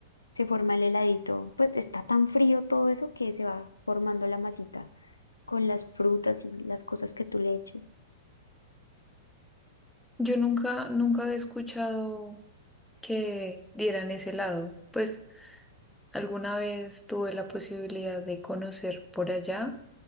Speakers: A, on the left; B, in the centre.
A: se forma el heladito, pues está tan frío todo eso que se va formando la masita con las frutas y las cosas que tú le eches.
B: Yo nunca, nunca había escuchado que dieran ese lado. Pues alguna vez tuve la posibilidad de conocer por allá